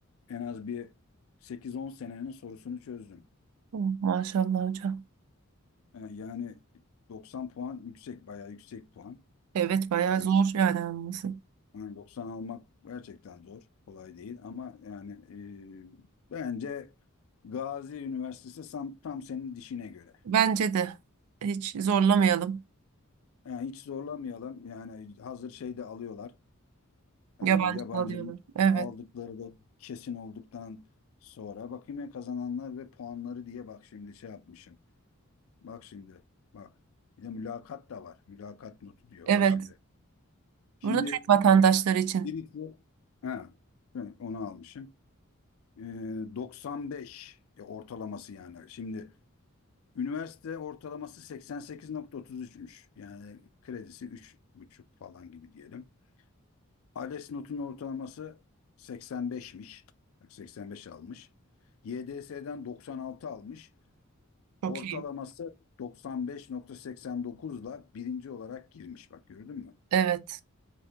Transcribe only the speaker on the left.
en az bir sekiz on senenin sorusunu çözdüm.
E, Yani 90 puan yüksek, bayağı yüksek puan.
E,
yani 90 almak gerçekten zor, kolay değil ama yani e, bence Gazi Üniversitesi tam, tam senin dişine göre.
Yani hiç zorlamayalım. Yani hazır şey de alıyorlar. Ee,
yabancı
aldıkları da kesin olduktan sonra bakayım ya kazananlar ve puanları diye bak şimdi şey yapmışım. Bak şimdi bak. Bir de mülakat da var. Mülakat notu diyor.
Bak şimdi. Şimdi
birisi ha, evet, onu almışım. Ee, 95 e, ortalaması yani. Şimdi üniversite ortalaması 88.33'müş. Yani kredisi üç buçuk falan gibi diyelim. ALES notunun ortalaması 85'miş. Bak 85 almış. YDS'den 96 almış.
Ortalaması
95.89 ile birinci olarak girmiş. Bak gördün mü?